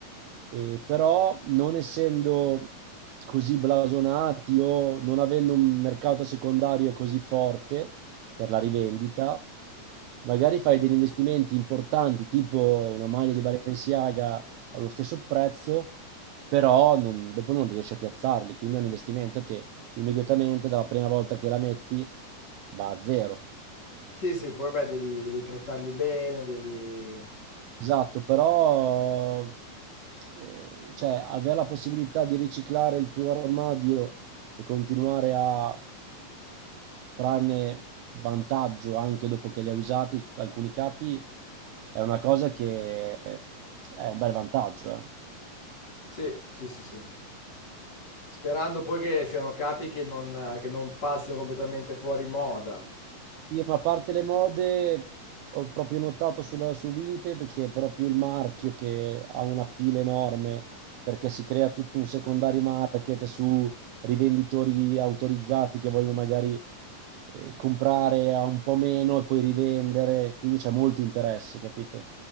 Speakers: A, on the right; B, on the left.
A: eh, però non essendo così blasonati o non avendo un mercato secondario così forte per la rivendita, magari fai degli investimenti importanti, tipo una maglia di Balenciaga allo stesso prezzo, però non- dopo non riesci a piazzarli, quindi è un investimento che immediatamente dalla prima volta che la metti va a zero.
B: Sì, sì, poi beh, devi, devi trattarli bene, devi...
A: Esatto, però eh, cioè, avere la possibilità di riciclare il tuo armadio e continuare a, a trarne vantaggio anche dopo che li hai usati alcuni capi è una cosa che è un bel vantaggio, eh.
B: Sì, sì, sì, sì. Sperando poi che siano capi che non, che non passino completamente fuori moda.
A: Sì, ma a parte le mode, ho proprio notato sulla- su Vinted che è proprio il marchio che ha una pila enorme perché si crea tutto un secondary market su rivenditori autorizzati che vogliono magari eh, comprare a un po' meno e poi rivendere, quindi c'è molto interesse, capito?